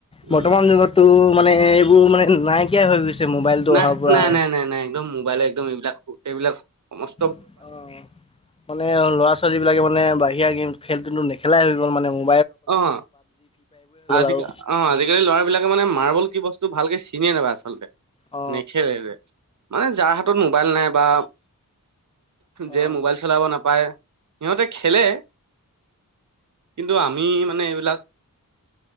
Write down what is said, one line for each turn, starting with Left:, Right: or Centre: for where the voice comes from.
Left: বৰ্তমান
Right: উম
Left: যুগতটো মানে এইবোৰ মানে নাইকিয়াই হৈ গৈছে। মোবাইলটো
Right: নাই
Left: অহাৰ পৰা
Right: নাই নাই নাই নাই নাই একদম মোবাইল একদম এইবিলাক এইবিলাক সমস
Left: অহ মানে ল'ৰা ছোৱালী বিলাকে মানে বাহিৰা গেম খেলটো নেখেলাই হৈ গ'ল মানে মো
Right: অহ আজি
Left: আৰু
Right: অহ আজিকালি ল'ৰা বিলাকে মানে মাৰ্বল কি বস্তু ভালকে চিনিয়ে নাপায় আচলতে
Left: অ
Right: নেখেলে মানে যাৰ হাতত মোবাইল নাই বা
Left: অ
Right: যে মোবাইল চলাব নাপায় সিহঁতে খেলে। কিন্তু আমি মানে এইবিলাক